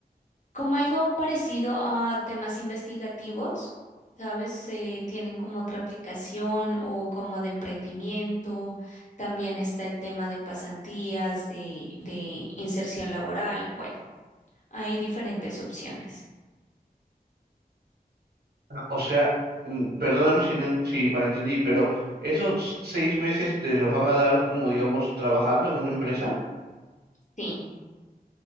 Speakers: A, on the left (about 50°); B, on the right (about 85°).
A: como algo parecido a temas investigativos, ¿sabes? Eh, tienen como otra aplicación o como de emprendimiento. También está el tema de pasantías, de, de inserción laboral. Bueno, hay diferentes opciones.
B: O sea, mm, perdóname si, no en- si malentendí, pero ¿esos seis meses te los van a dar como, digamos, trabajando en una empresa?
A: Sí.